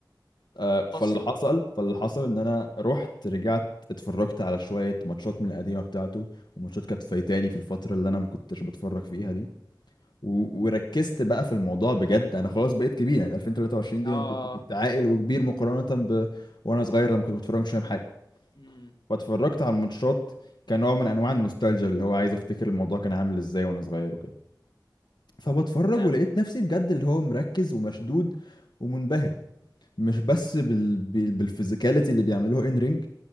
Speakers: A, on the left; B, on the left.
A: آه فاللي
B: اصلا
A: حصل فاللي حصل ان انا رحت رجعت اتفرجت على شويه ماتشات من القديمه بتاعته وماتشات كانت فايتاني في الفتره اللي انا ما كنتش بتفرج فيها دي و... وركزت بقى في الموضوع بجد انا خلاص بقيت كبير يعني 2023 دي
B: اه
A: يعني كنت كنت
B: اه
A: عاقل وكبير مقارنه ب... وانا صغير لما كنت بتفرج مش فاهم حاجه
B: امم
A: فاتفرجت على الماتشات كنوع من انواع النوستالجيا اللي هو عايز افتكر الموضوع كان عامل ازاي وانا صغير وكده فبتفرج
B: اه
A: ولقيت نفسي بجد اللي هو مركز ومشدود ومنبهر مش بس بال... بال- بالفيزيكاليتي اللي بيعملوها ان رينج